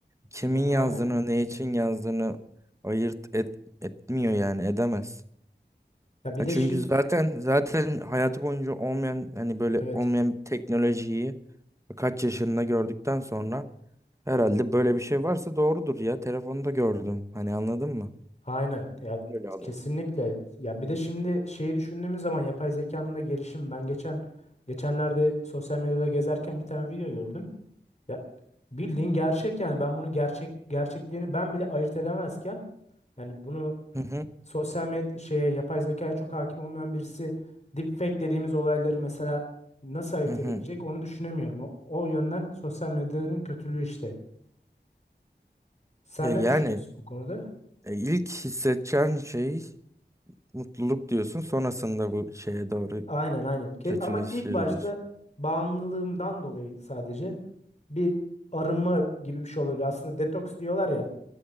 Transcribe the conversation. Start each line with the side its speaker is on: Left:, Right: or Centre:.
Right: Kimin
Left: Ya,
Right: yazdığını
Left: aynen.
Right: ne için yazdığını ayırt et, etmiyor yani edemez.
Left: Ya bir
Right: Ya
Left: de
Right: çünkü
Left: şi-
Right: zaten zaten hayatı boyunca olmayan hani böyle
Left: Evet,
Right: olmayan bir teknolojiyi kaç yaşında gördükten sonra herhalde böyle bir şey varsa doğrudur ya. Telefonda gördüm. Hani anladın mı?
Left: aynen. Ya
Right: Öyle adam.
Left: kesinlikle. Ya bir de şimdi şeyi düşündüğümüz zaman yapay zekanın da gelişimi. Ben geçen geçenlerde sosyal medyada gezerken bir tane video gördüm. Ya bildiğin gerçek yani ben bunu gerçek gerçekliğini ben bile ayırt edemezken yani bunu
Right: Hı hı
Left: sosyal medya şeye yapay zekaya çok hakim olmayan birisi deepfake dediğimiz olayları mesela nasıl ayırt
Right: hı hı.
Left: edebilecek onu düşünemiyorum. O, o yönden sosyal medyanın kötülüğü işte. Sen
Right: Ya
Left: ne
Right: yani
Left: düşünüyorsun bu konuda?
Right: e, ilk hissedeceğin şey mutluluk diyorsun. Sonrasında bu şeye doğru
Left: Aynen aynen. Ke-
Right: kötüleşir
Left: Ama ilk başta
Right: diyorsun.
Left: bağımlılığımdan dolayı sadece bir arınma gibi bir şey oluyor. Aslında detoks diyorlar ya.